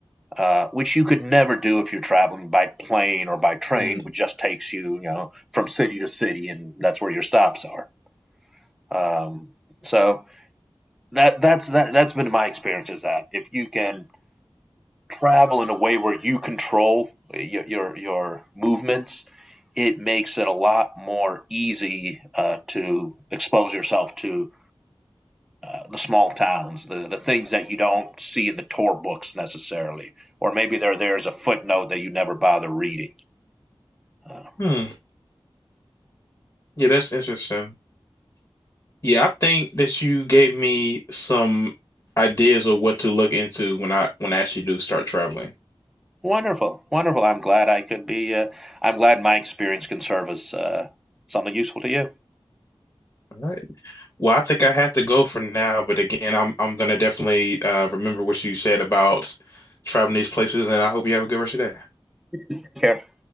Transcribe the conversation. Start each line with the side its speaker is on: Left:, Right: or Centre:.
Centre: uh, which you could never do if you're traveling by plane or by train,
Left: Hmm.
Centre: which just takes you, you know, from city to city, and that's where your stops are. Um, so that that's that that's been my experience is that if you can travel in a way where you control your your, your movements, it makes it a lot more easy uh, to expose yourself to uh, the small towns, the, the things that you don't see in the tour books necessarily, or maybe they're there as a footnote that you never bother reading. Uh,
Left: Hmm. Yeah, that's interesting. Yeah, I think that you gave me some ideas of what to look into when I when I actually do start traveling.
Centre: Wonderful, wonderful. I'm glad I could be. Uh, I'm glad my experience can serve as uh, something useful to you.
Left: All right. Well, I think I have to go for now, but again, I'm I'm gonna definitely uh, remember what you said about traveling these places, and I hope you have a good rest of your day.
Centre: Take care.